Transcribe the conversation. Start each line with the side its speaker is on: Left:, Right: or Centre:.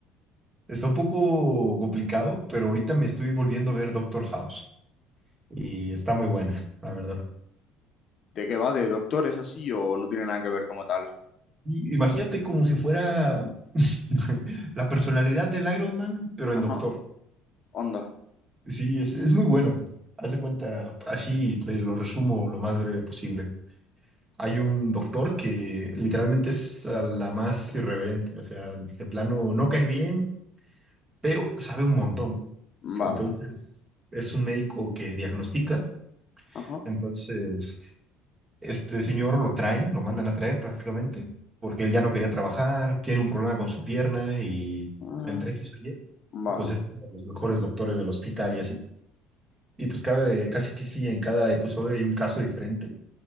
Right: Está un poco complicado, pero ahorita me estoy volviendo a ver Doctor House y está muy buena, la verdad.
Left: ¿De qué va? ¿De doctores así o no tiene nada que ver como tal?
Right: Y imagínate como si fuera <laughs> la personalidad del Iron Man, pero
Left: Ajá.
Right: en Doctor.
Left: Onda.
Right: Sí, es, es muy bueno. Haz de cuenta, así te lo resumo lo más breve posible. Hay un doctor que literalmente es a la más irreverente, o sea, de plano no cae bien, pero sabe un montón.
Left: Vale.
Right: Entonces, es un médico que diagnostica.
Left: Ajá.
Right: Entonces, este señor lo traen, lo mandan a traer prácticamente, porque él ya no quería trabajar, tiene un problema con su pierna y
Left: Ah,
Right: entre X o Y,
Left: vale.
Right: pues es uno de los mejores doctores del hospital y así. Y pues cada, casi que sí, en cada episodio hay un caso diferente,